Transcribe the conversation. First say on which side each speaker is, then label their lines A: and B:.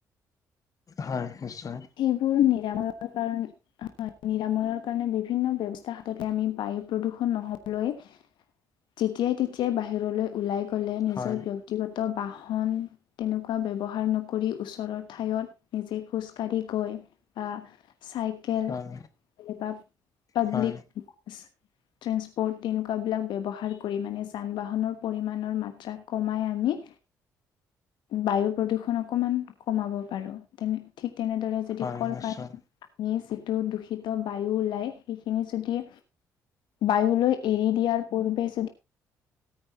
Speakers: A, on the left; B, on the left.
A: হয় নিশ্চয় -
B: সেইবোৰ নিৰাময়ৰ কাৰণ- হয় নিৰাময়ৰ কাৰণে বিভিন্ন ব্যৱস্থা হাততে আমি বায়ু প্ৰদূষণ নহবলৈ- যেতিয়াই তেতিয়াই বাহিৰলৈ ওলাই গৈ- গ'লে নিজৰ
A: হয়
B: ব্যক্তিগত বাহন তেনেকোৱা ব্যৱহাৰ নকৰি ওচৰৰ ঠাইত- নিজেই খোজ কঢ়ি গৈ বা চাইকেল
A: হয়
B: নহলেবা- পাব্লিক-
A: হয়
B: ট্ৰেন্সপৰ্ট তেনেকোৱা বিলাক ব্যৱহাৰ কৰি মানে যান বাহনৰ পৰিমাণৰ মাত্ৰা কমাই আমি বায়ু প্ৰদূষণ অকণমান কমাব পাৰো তেনে ঠিক তেনেদৰে যদি
A: হয়
B: কল
A: নিশ্চয়
B: কাৰ- আমি যিটো দূষিত বায়ু ওলাই সেইখিনি যদি- বায়ুলৈ এৰি দিয়াৰ পূৰ্বে যদি-